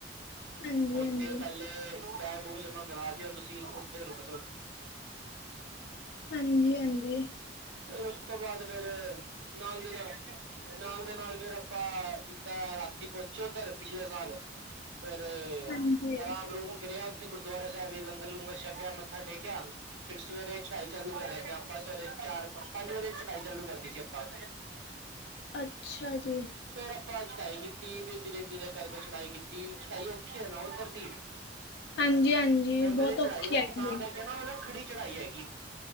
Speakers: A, on the left; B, on the right.
A: ਹਾਂਜੀ-ਹਾਂਜੀ।
B: ਉੱਥੇ ਪਹਿਲੇ ਬੈਗ, ਬੂਗ ਜਮਾਂ ਕਰਾ ਦਿਓ ਤੁਸੀਂ, ਉੱਥੇ ਰੁਕ ਜੋ।
A: ਹਾਂਜੀ-ਹਾਂਜੀ।
B: ਫਿਰ ਉਸ ਤੋਂ ਬਾਅਦ ਫੇਰ ਨਾਲ ਦੀ ਨਾਲ, ਨਾਲ ਦੇ ਨਾਲ ਫੇਰ ਆਪਾ ਜਿੱਦਾ ਰਾਤੀ ਪਹੁੰਚੇ ਉੱਧਰ ਪਿਛਲੇ ਸਾਲ, ਫਿਰ
A: ਹਾਂਜੀ। ਹਾਂਜੀ ਹਾਂਜੀ
B: ਆਰਾਮ-ਅਰੂਮ ਕਰਿਆ ਉੱਥੇ ਗੁਰਦੁਆਰਾ ਸਾਹਿਬ ਹੀ ਲੰਗਰ-ਲੂੰਗਰ ਛਕਿਆ, ਮੱਥਾ ਟੇਕਿਆ, ਫਿਰ ਸਵੇਰੇ ਚੜਾਈ ਚਾਲੂ ਕਰ ਲੈਂਦੇ, ਆਪਾਂ ਸਵੇਰੇ ਚਾਰ ਪੰਜ-ਵਜੇ ਇ ਚਢਾਈ ਚਾਲੂ ਕਰਤੀ ਸੀ, ਆਪਾ।
A: ਅੱਛਾ ਜੀ,
B: ਫੇਰ, ਆਪਾ ਚ੍ਹੜਾਈ ਕੀਤੀ। ਤਿ, ਫਿਰ ਧੀਰੇ-ਧੀਰੇ ਕਰਕੇ ਚ੍ਹੜਾਈ ਕੀਤੀ। ਚ੍ਹੜਾਈ ਔਖੀ ਹੈ ਨਾ ਉੱਧਰ ਦੀ।
A: ਹਾਂਜੀ-ਹਾਂਜੀ
B: ਉਥੇ
A: ਬਹੁਤ
B: ਦੀ ਚ੍ਹੜਾਈ ਔਖੀ,
A: ਹੈਗੀ
B: ਤਾਂ
A: ਏ।
B: ਕਰਕੇ ਨਾ ਉਹ, ਨ ਖੜੀ ਚੜਾਈ ਹੈਗ